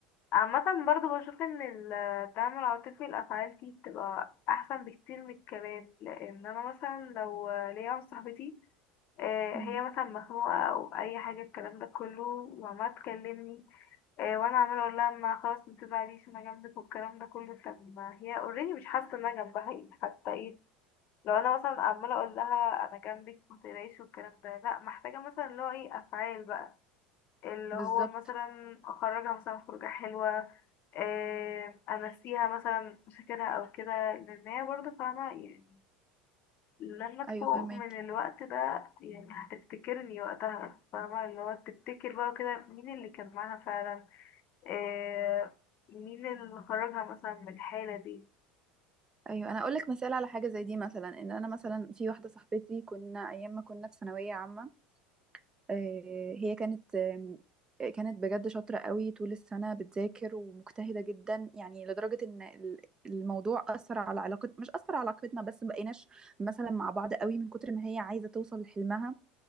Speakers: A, on the left; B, on the right.
A: عامة برضو بشوف ان الدعم العاطفي الافعال فيه بتبقى احسن بكتير من الكلام لان انا مثلا لو ليا واحدة صاحبتي آه،
B: <laughs> مم.
A: هي مثلا مخنوقة أو أي حاجة الكلام ده كله وعمالة تكلمني آه، وأنا عمالة أقول لها ما خلاص متزعليش أنا جنبك والكلام ده كله طب ما هي اوريدي مش حاسة إن أنا جنبها إيه حتى إيه لو أنا مثلا عمالة أقول لها أنا جنبك متقلقيش والكلام ده لأ محتاجة مثلا اللي هو إيه أفعال بقى اللي
B: بالظبط
A: هو مثلا أخرجها مثلا خروجة حلوة آه، أمسيها مثلا مشاكلها أو كده لأن هي برضه فاهمة يعني لما تفوق
B: أيوة فهماكي
A: من الوقت ده يعني هتفتكرني وقتها فاهمة اللي هو تفتكر بقى وكده مين اللي كان معاها فعلا آه مين اللي خرجها مثلا من الحالة دي
B: أيوة أنا أقولك مثال على حاجة زي دي مثلا إن أنا مثلا في واحدة صاحبتي كنا أيام ما كنا في ثانوية عامة آه، هي كانت آم، كانت بجد شاطرة قوي طول السنة بتذاكر ومجتهدة جدا يعني لدرجة ان ال- الموضوع أثر على علاقة مش أثر على علاقتنا بس مبقيناش مثلا مع بعض قوي من كتر ما هي عايزة توصل لحلمها